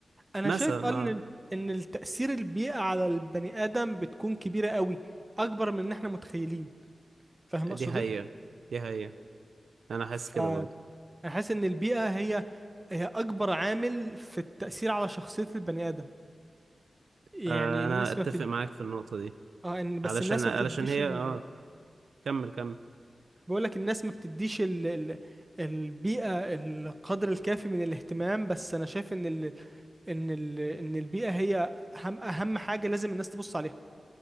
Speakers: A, on the right; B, on the right.
A: انا
B: مثلا
A: شايف آه ان
B: اه
A: ان التأثير البيئة على البني آدم بتكون كبيرة قوي اكبر من ان احنا متخيلين فاهم
B: دي
A: اقصد
B: حقيقة
A: ايه
B: دي حقيقة انا حاسس
A: فانا
B: كده برضو
A: حاسس ان البيئة هي هي اكبر عامل في التأثير على شخصية البني آدم يعني
B: آه
A: الناس
B: انا اتفق
A: ما بتد...
B: معاك في النقطة دي
A: اه إن- بس
B: علشان
A: الناس
B: علشان
A: ما بتديش
B: هي
A: ال...
B: اه كمل كمل
A: بقول لك الناس ما بتديش ال... ال... البيئة القدر الكافي من الاهتمام بس انا شايف ان ال... ان ال... ان البيئة هي اهم اهم حاجة لازم الناس تبص عليها